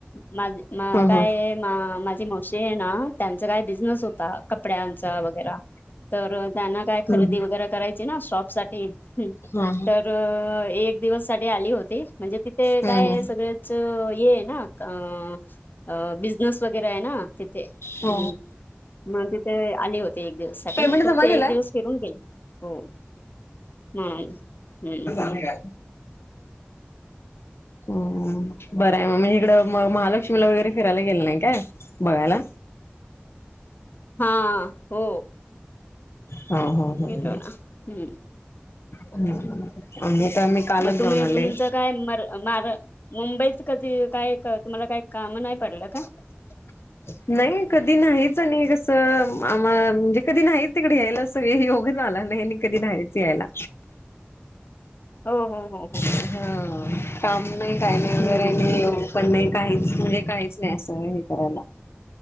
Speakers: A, on the left; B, on the left.
A: माझ
B: हा
A: काय
B: हा
A: हा माझी मावशी आहे ना त्यांचा काय बिझनेस होता कपड्यांचा वगैरे तर त्यांना काय
B: हम्म
A: खरेदी वगैरे करायची ना शॉप साठी
B: हा
A: तर एक दिवस साठी आली होती. म्हणजे तिथे
B: हम्म
A: काय सगळच ये आहे ना अ अ बिजनेस वगैरे आहे ना तिथे
B: हो
A: ह् मग तिथे आली होती. एक दिवस साठी
B: पेमेंट
A: फक्त
B: जमा
A: एक
B: केलाय?
A: दिवस फिरून गेईल हो ह हम्.
B: आणि काय? हम हम बरं आहे म्हणजे इकडं म महालक्ष्मीला वगैरे फिरायला गेले नाही काय बघायला?
A: हा हो.
B: हा हा हा.
A: गेलो ना हम्म
B: आम्ही
A: हम्म
B: तर आम्ही कालच
A: मग तुम्ही
B: जाऊन आले.
A: तुमचं काय मर मार मुंबईच कधी काय तुम्हाला काही काम नाही पडलं का?
B: <unintelligible> नाही कधी नाहीच आणि कसं आम म्हणजे कधी नाहीच तिकडे यायला कधी योग आला नाही कधी नाहीहायच यायला.
A: हो हो हो हो.
B: हा काम नाही काय नाही वगैरे
A: हम्म
B: नाही येऊ पण नाही काहीच म्हणजे काहीच नाही असं हे करायला.